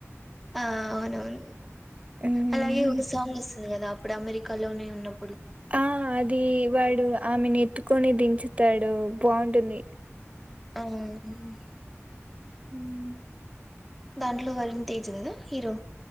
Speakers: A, in the centre; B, on the right.
A: ఆ అవునవును
B: హ్మ్.
A: అలాగే ఒక సాంగ్ వస్తుంది గదా అప్పుడు అమెరికాలోనే ఉన్నాం
B: ఆ అది వాడు ఆమెను ఎత్తుకొని దించుతాడు బాగుంటుంది.
A: ఆ మ్
B: మ్మ్
A: దాంట్లో వరున్ తేజ్ గదా హీరో